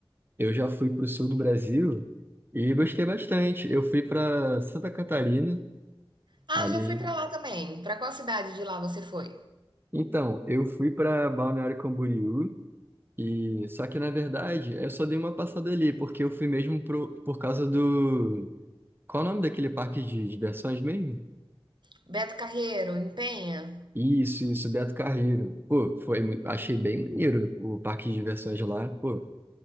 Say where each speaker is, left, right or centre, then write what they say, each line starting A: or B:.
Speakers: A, on the right; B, on the right.
A: eu já fui pro sul do Brasil e gostei bastante. Eu fui pra Santa Catarina.
B: Ah,
A: Ali.
B: já fui para lá também. Para qual cidade de lá você foi?
A: Então, eu fui para Balneário Camboriú e só que na verdade eu só dei uma passada ali porque eu fui mesmo pro, por causa do qual o nome daquele parque de diversões mesmo?
B: Beto Carreiro, em Penha?
A: Isso, isso, Beto Carreiro. Pô, foi, mui- achei bem maneiro o parque de diversões lá. Pô,